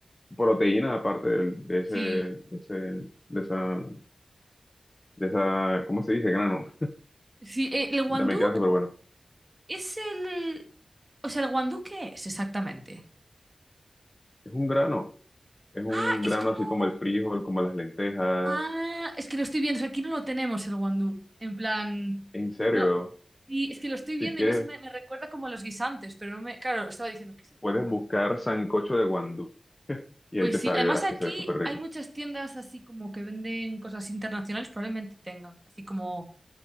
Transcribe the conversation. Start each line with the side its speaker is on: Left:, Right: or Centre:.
Left: proteína aparte del- de, ese,
Right: sí.
Left: de ese, de esa, de esa, ¿cómo se dice? Grano.
Right: Sí, eh, el guandú.
Left: También queda súper bueno.
Right: Es el... O sea, ¿el guandú qué es exactamente?
Left: Es un grano, es un
Right: Ah, es
Left: grano
Right: como...
Left: así como el frijol, como las lentejas.
Right: Ah, es que lo estoy viendo. O sea, aquí no lo tenemos el guandú. En plan...
Left: En serio,
Right: No... Y es que lo estoy viendo
Left: si quieres
Right: y a mí se me, me recuerda como a los guisantes, pero no me... Claro, estaba diciendo, ¿qué es el
Left: Puedes
Right: guandú?
Left: buscar sancocho de guandú y
Right: Pues
Left: ahí te
Right: sí,
Left: sale
Right: además
Left: y verás
Right: aquí
Left: que se ve súper rico.
Right: hay muchas tiendas así como que venden cosas internacionales, probablemente tengan, así como,